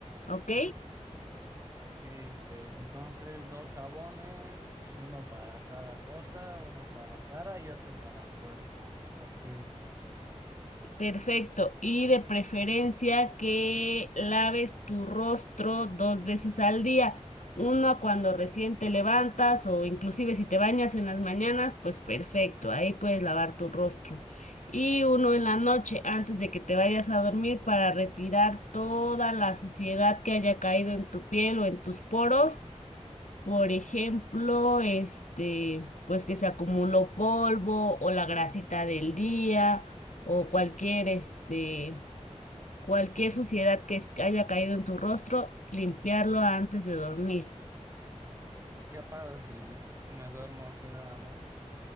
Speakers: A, on the left (about 90°); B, on the right (about 25°).
A: ¿Ok?
B: Ok, pues entonces dos jabones, uno para cada cosa, uno para cara y otro para cuerpo. Ok.
A: Perfecto. Y de preferencia que laves tu rostro dos veces al día. Una cuando recién te levantas o inclusive si te bañas en las mañanas, pues perfecto, ahí puedes lavar tu rostro. Y uno en la noche antes de que te vayas a dormir para retirar toda la suciedad que haya caído en tu piel o en tus poros por ejemplo, este, pues que se acumuló polvo o la grasita del día o cualquier, este, cualquier suciedad que es- que haya caído en tu rostro, limpiarlo antes de dormir.
B: ¿Y ¿Qué pasa si me duermo así nada más?